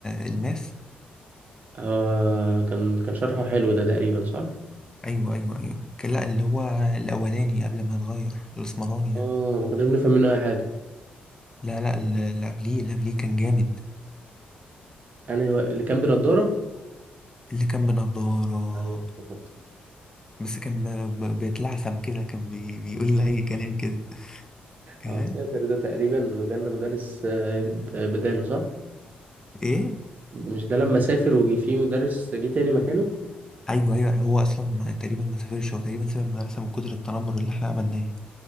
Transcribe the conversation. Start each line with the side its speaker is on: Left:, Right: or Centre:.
Left: الماس
Right: آه كان كان شرحه حلو ده تقريبا صح
Left: ايوه ايوه ايوه كان- لا اللي هو الاولاني قبل ما اتغير الاسمراني ده
Right: اه ما كناش بنفهم منه اي حاجه
Left: لا لا ال- اللي قبليه اللي قبليه كان جامد
Right: انا هو اللي كان بنضاره
Left: اللي كان بنضارة
Right: ايوه افتكرته
Left: بس كان ب- ب- بيتلعثم كده كان بي بيقول اي كلام كده إيه؟
Right: اه سافر ده تقريبا لو جالنا مدرس آه، ب- بداله صح
Left: ايه
Right: مش ده لما سافر وجي فيه مدرس جه تاني مكانه
Left: ايوه ايوه هو اصلا ما تقريبا ما سافرش هو تقريبا ساب المدرسه من كتر التنمر اللي احنا عملناه